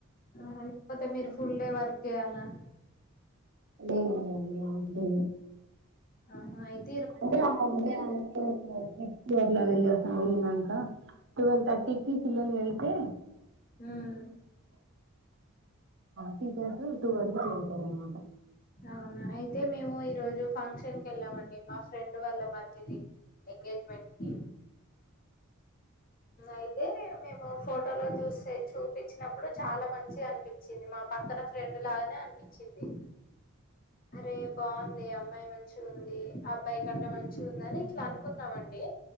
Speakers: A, on the left; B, on the right.
A: ఆ లేకపోతే మీరు ఫుల్ డే వర్క్ చేయాలన్నా
B: లేదు లేదు
A: ఆహా హ
B: అంటే అఫ్ డే అప్పుడు అప్పుడు వేలాలి వెళ్లినాక టువెల్ తాటికి పిల్లలు వెళ్తే
A: ఉమ్
B: టీచర్స్ వర్ ఏ తారనమాట
A: అవునా అయితే మేము ఈరోజు ఫంక్షన్ క వెళ్ళామండి మా ఫ్రెండ్ వాళ్ళ మధది ఎంగేజమెట్కి అయితే మేము ఫోటోలో చూసి చూపించినప్పుడు చాలా మంచి అనిపించింది మా పక్కన ఫ్రెండ్ లాగానే అనిపించింది అరే బాగుంది అమ్ అమ్మాయి మంచి ఉంది అబ్బాయి కంటే మంచి ఉంది అని ఇట్లా అనుకున్నామండి